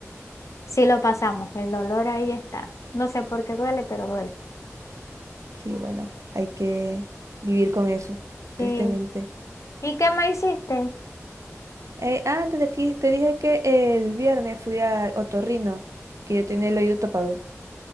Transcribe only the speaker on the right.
Sí, bueno, hay que vivir con eso,
tristemente.
Eh, ah, antes de aquí te dije que el viernes fui al otorrino, que yo tenía el oído tapado.